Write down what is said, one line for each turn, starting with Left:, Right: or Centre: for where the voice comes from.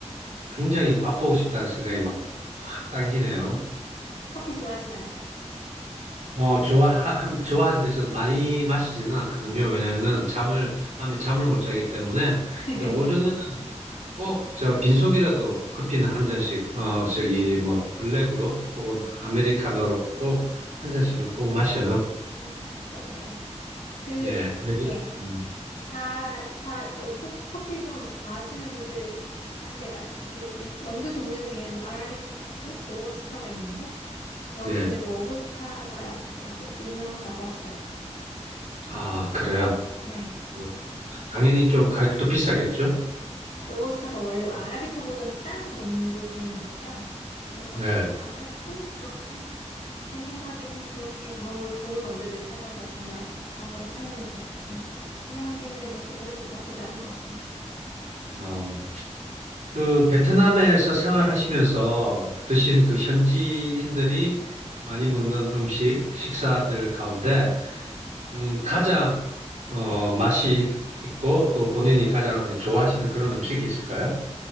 Right: 굉장히 맛보고 싶다는 생각이 막 확 당기네요.
Left: 커피 좋아하시나 봐요.
Right: 어, 좋아, 한, 좋아하는데 저는 많이 마시지는 않거든요. 왜냐면은
Left: 음.
Right: 잠을, 밤에 잠을 못 자기 때문에.
Left: <laughs>
Right: 근데 오전에는 꼭 저 빈속이라도 커피는 한 잔씩, 어, 저기 뭐 블랙으로 혹은 아메리카노로 한 잔씩은 꼭 마셔요.
Left: 음, 네네. 그,
Right: 예. 외국-
Left: 예.
Right: 음,
Left: 잘, 잘, 어, 코- 커피 좀 아시는 분들한테 말씀 듣기로는 원두 종류 중에 뭐 아라비카가 있고 로부스타가 있는데 여기는
Right: 예.
Left: 로부스타가 좋다고 유명하다고 하시더라고요.
Right: 아, 그래요?
Left: 네.
Right: 음. 당연히 좀 가격도 비싸겠죠?
Left: 로버스타가 원래 아라비카보다는 싼 원두 종인가 봐요. 그래서
Right: 네.
Left: 가격도 그렇게 제 생각에는 그렇게 뭐 좋은 원두를 찾아서 정말 뭐 비싼 걸 사면은 그렇겠지만 제 생각에는 원두 가격도 나쁘지 않은 것 같습니다.
Right: 어, 그 베트남에서 생활하시면서 드신 그 현지인들이 많이 먹는 음식, 식사들 가운데 음, 가장 어, 맛이 있고 또 본인이 가장 좋아하시는 그런 음식이 있을까요?